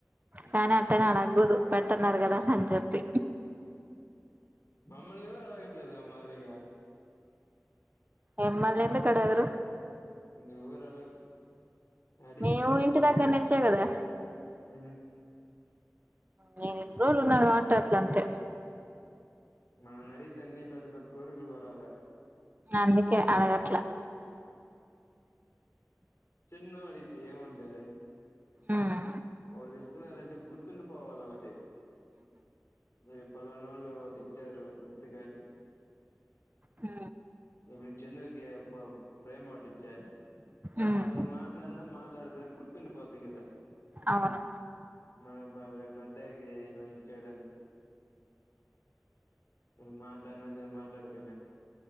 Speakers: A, on the left; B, on the right.
A: ఉమ్
B: కానీ అట్టగా అడగూదు పెడుతున్నారు కదా అని చెప్పి
A: మమ్మల్ని ఎవరు అడగట్లేదా మరిగా
B: ఎమ్మల్ందుకడగరు
A: ఇంకెవ్వరు అడగరు అడిగితే
B: మేము ఇంటి
A: బన్నీ
B: దగ్గర నుంచే కదా
A: ఊ
B: అవు నేను ఎన్ని రోజులు ఉన్నా కాబట్టి అట్ల అంతే
A: మననడిగితే అన్నీ పద్ద పద్ద కోరికలు కోరాలే
B: అందుకే అడగట్లా
A: చినోడితే ఏముంట టదే
B: ఉమ్
A: వాళ్ళు ఇస్తున్నారంటే గుర్తుండి పోవాల ఒకటి మీర్ పలానోలు ఒకటి ఇచ్చారు గుర్తు గా అని
B: ఆ
A: ఇప్పుడు చెందుకి ప ప్రేమ్ ఒకటిచ్చె
B: ఉమ్
A: అప్పుడు మాట్లాడిన మాట్ గాడి పోయిన గుర్తుండి పోద్ధి కదా
B: అవును
A: మా బావ రేప్ బర్డెకి ఇలా ఇచ్చేడని నేన్ మాట్లాడిన్న జర మాట్లాడ పోయిన